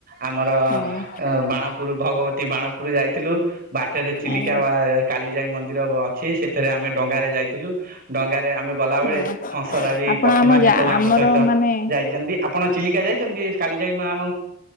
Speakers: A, on the right; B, on the left.
A: ଆମର
B: ଆଜ୍ଞା
A: ବାଣ ପୁର ଭଗବତୀ ବାଣପୁର ଯାଇଥିଲୁ, ବାଟରେ ଚିଲିକା
B: ଆଜ୍ଞା।
A: ବା କାଳିଜାଇ ମନ୍ଦିର ସେ ସେଥିରେ ଆମେ ଡଙ୍ଗା ରେ ଯାଇଥିଲୁ, ଡଙ୍ଗାରେ ଆମେ ଗଲା ଲା ବେଳେ
B: ଆଜ୍ଞା
A: ହଂସରାଳୀ
B: ଆପଣ
A: ପକ୍ଷୀ
B: ଆମ
A: ମାନେ
B: ଯା
A: ସବୁ ଆମ
B: ଆମର
A: ସହିତ
B: ମାନେ
A: ଯାଇଛନ୍ତି। ଆପଣ ଚିଲିକା ଯାଇଛନ୍ତି, କାଳୀଯାଇ ମା ଆମ